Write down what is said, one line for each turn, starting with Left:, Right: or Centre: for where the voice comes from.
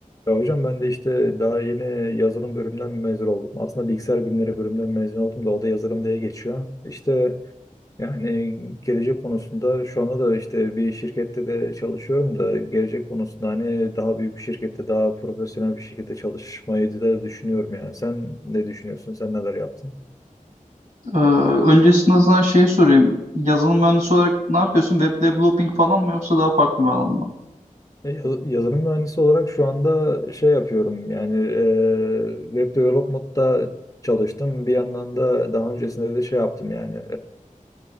Left: Ya hocam ben de işte daha yeni yazılım bölümünden mezun oldum. Aslında bilgisayar bilimleri bölümünden mezun oldum da o da yazılım diye geçiyor. İşte yani gelecek konusunda şu anda da işte bir şirkette de çalışıyorum da gelecek konusunda hani daha büyük bir şirkette daha profesyonel bir şekilde çalışmayı da düşünüyorum yani. Sen ne düşünüyorsun? Sen neler yaptın?
Right: Ee, öncesinde sana şeyi sorayım. Yazılım mühendisi olarak ne yapıyorsun? Web developing falan mı yoksa daha farklı bir alan mı?
Left: Ya- yaz- Yazılım mühendisi olarak şu anda şey yapıyorum yani e, web development'ta çalıştım. Bir yandan da daha öncesinde de şey yaptım yani